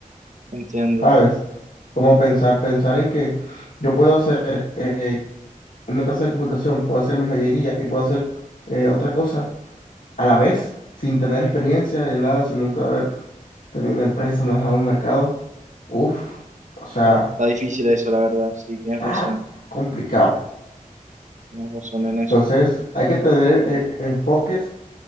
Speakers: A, on the right; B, on the left.
A: Entiendo.
B: ¿sabes? Como pensar, pensar en que yo puedo hacer eh, una empresa de computación, puedo hacer mi joyería y puedo hacer eh, otra cosa a la vez, sin tener experiencia de nada, sin nunca haber tenido una empresa, más a un mercado. Uf, o sea,
A: Está, está difícil eso, la verdad. Sí, tienes
B: está
A: razón.
B: complicado.
A: Tienes razón en eso.
B: Entonces, hay que tener eh, enfoques.